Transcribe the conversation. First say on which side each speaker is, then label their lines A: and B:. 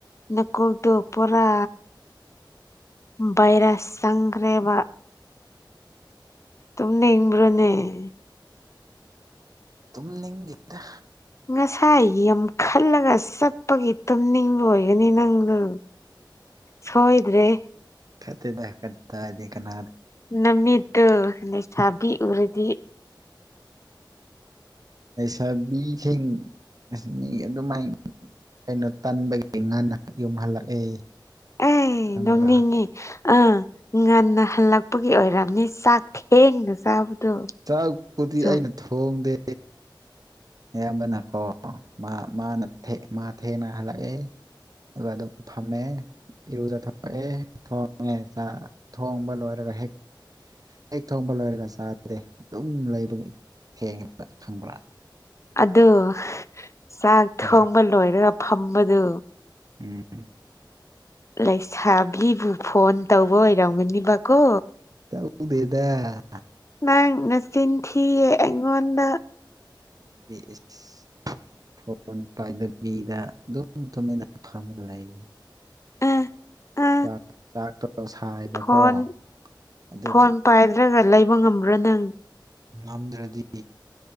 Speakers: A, on the left; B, on the right.
A: ꯅꯀꯣꯛꯇꯣ ꯄꯨꯔꯥ ꯚꯥꯏꯔꯁ ꯆꯪꯒ꯭ꯔꯦꯕ ꯇꯨꯝꯅꯤꯡꯕ꯭ꯔꯅꯦ
B: ꯇꯨꯝꯅꯤꯡꯗꯦꯗ
A: ꯉꯁꯥꯏ ꯌꯥꯝ ꯈꯜꯂꯒ ꯆꯠ ꯄꯒꯤ ꯇꯨꯝꯅꯤꯡꯕ ꯑꯣꯏꯒꯅꯤ ꯅꯪꯗꯨ ꯁꯣꯏꯗ꯭ꯔꯦ
B: ꯈꯠꯇꯦꯗ ꯀꯗꯥꯏꯗꯩ ꯀꯅꯥ
A: ꯅꯨꯃꯤꯠꯇꯨ ꯂꯩꯩꯁꯥꯕꯤ ꯎꯔꯗꯤ
B: ꯂꯩꯁꯥꯕꯤꯁꯤꯡ ꯑꯁ ꯃꯤ ꯑꯗꯨꯃꯥꯏꯟ ꯀꯩꯅꯣ ꯇꯟꯕꯒꯤ ꯉꯟꯅ ꯌꯨꯝ ꯍꯜꯂꯛꯑꯦ
A: ꯑꯥꯏ
B: ꯈꯪꯕ꯭ꯔꯥ
A: ꯅꯣꯛꯅꯤꯡꯉꯤ ꯑꯥ ꯉꯟꯅ ꯍꯜꯂꯛꯄꯒꯤ ꯑꯣꯏꯔꯝꯅꯤ ꯆꯥꯛ ꯊꯦꯡꯅ ꯆꯥꯕꯗꯣ
B: ꯆꯥꯛꯄꯨꯗꯤ
A: ꯁꯨꯝ
B: ꯑꯩꯅ ꯊꯣꯡꯗꯦ ꯑꯌꯥꯝꯕꯅꯀꯣ ꯃꯥ ꯃꯥꯅ ꯊ‌ꯦ ꯃꯥ ꯊꯦꯡꯅ ꯍꯜꯂꯛꯑꯦ ꯑꯗꯨꯒ ꯑꯗꯨꯝ ꯐꯝꯃꯦ ꯏꯔꯨꯖꯊꯣꯛꯑꯦ ꯊꯣꯡꯉꯦ ꯆꯥ ꯊꯣꯡꯕ ꯂꯣꯏꯔꯒ ꯍꯦꯛ ꯍꯦꯛ ꯊꯣꯡꯕ ꯂꯣꯏꯔꯒ ꯆꯥꯗꯦ ꯑꯗꯨꯝ ꯂꯩꯕꯒꯤ ꯊꯦꯡꯉꯦꯕ ꯈꯪꯕ꯭ꯔꯥ
A: ꯑꯗꯨ ꯆꯥꯛ
B: ꯀꯔꯤ
A: ꯊꯣꯡꯕ ꯂꯣꯏꯔꯒ ꯐꯝꯕꯗꯨ
B: ꯎꯝ
A: ꯂꯩꯁꯥꯕꯤꯕꯨ ꯐꯣꯟ ꯇꯧꯕ ꯑꯣꯏꯔꯝꯒꯅꯤꯕꯀꯣ
B: ꯇꯧꯗꯦꯗ
A: ꯅꯪ ꯅꯆꯤꯟ ꯊꯤꯌꯦ ꯑꯩꯉꯣꯟꯗ
B: ꯗꯦ ꯏꯁ ꯐꯣꯟ ꯄꯥꯏꯗꯕꯤꯗ ꯑꯗꯨꯝ ꯇꯨꯃꯤꯟꯅ ꯐꯝꯃꯒ ꯂꯩ
A: ꯑ ꯑ
B: ꯆꯥꯛ ꯆꯥꯛꯇꯣ ꯁꯥꯏꯕꯀꯣ
A: ꯐꯣꯟ
B: ꯑꯗꯨꯒꯤ
A: ꯐꯣꯟ ꯄꯥꯏꯗ꯭ꯔꯒ ꯂꯩꯕ ꯉꯝꯕ꯭ꯔꯥ ꯅꯪ
B: ꯉꯝꯗ꯭ꯔꯗꯤ